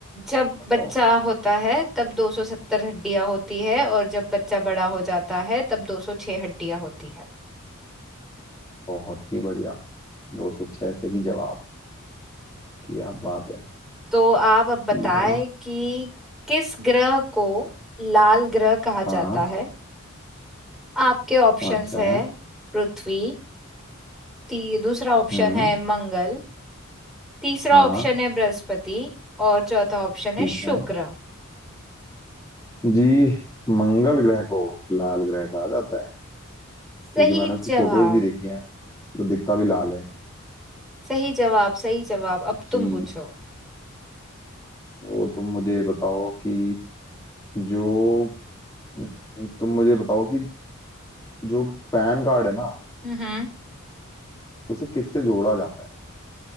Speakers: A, in the centre; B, on the left.
A: जब
B: बताओ
A: बच्चा होता है तब 270 हड्डियां होती है और जब बच्चा बड़ा हो जाता है तब 206 हड्डियां होती है
B: बहुत ही बढ़िया दो सौ छह सही जवाब क्या बात है
A: तो आप अब बताएं
B: ठीक है
A: कि किस ग्रह को लाल ग्रह कहा
B: हाँ
A: जाता है आपके ऑप्शंस
B: हाँ अच्छा
A: है पृथ्वी ती, दूसरा ऑप्शन
B: हम्म
A: है मंगल तीसरा
B: हाँ
A: ऑप्शन है बृहस्पति और चौथा ऑप्शन है
B: ठीक
A: शुक्र
B: है जी मंगल ग्रह को लाल ग्रह कहा जाता है
A: सही
B: क्योंकि मैंने उसकी
A: जवाब।
B: फोटोज भी देखी हैं तो दिखता भी लाल है
A: सही जवाब सही जवाब अब
B: जी
A: तुम पूछो
B: तो तुम मुझे बताओ कि जो हम्म, तुम मुझे बताओ कि जो पैन कार्ड है ना
A: हम्म
B: उसे किससे जोड़ा जाता है